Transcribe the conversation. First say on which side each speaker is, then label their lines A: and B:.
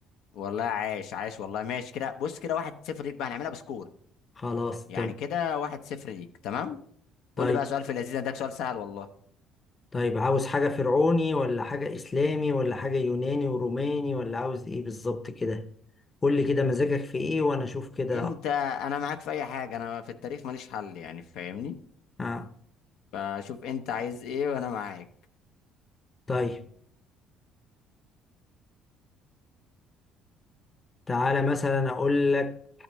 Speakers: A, on the left; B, on the left.
A: والله عاش عاش والله ماشي كده بص كده واحد صفر ليك بقى هنعملها بسكور
B: خلاص
A: يعني
B: تمام
A: كده واحد صفر ليك تمام
B: طيب
A: قول لي بقى سؤال في اللذيذ ده سؤال سهل والله
B: طيب عاوز حاجة فرعوني ولا حاجة إسلامي ولا حاجة يوناني وروماني ولا عاوز إيه بالظبط كده قول لي كده مزاجك في إيه وأنا أشوف كده
A: انت انا معاك في اي حاجه انا في التاريخ ماليش حل يعني فاهمني
B: آه.
A: فشوف انت عايز ايه وانا معاك
B: طيب تعالى مثلا أقول لك